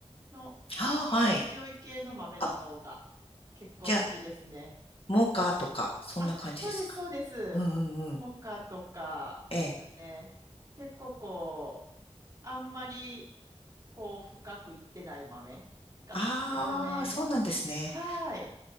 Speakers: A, on the right; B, on the left.
A: の酸味が強い系の豆の方が結構好きですね。
B: ああ、はい。あ、じゃあ、モカとか、そんな感じですか。
A: あ、そうです、そうです。
B: うんうんうん。
A: モカとかですね。
B: ええ。
A: 結構こう、あんまりこう、深くいってない豆が好きですね。
B: ああ、そうなんですね。
A: はい。